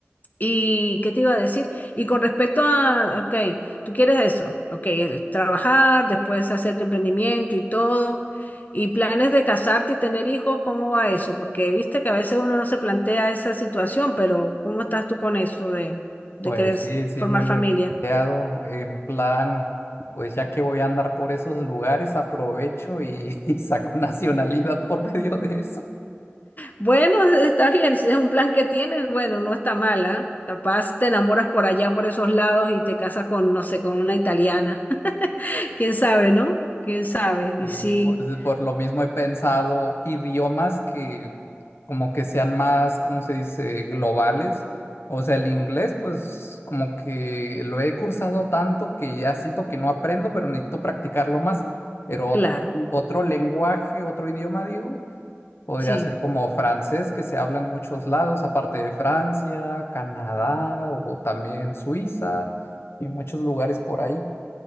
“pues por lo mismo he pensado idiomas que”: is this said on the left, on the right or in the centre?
Left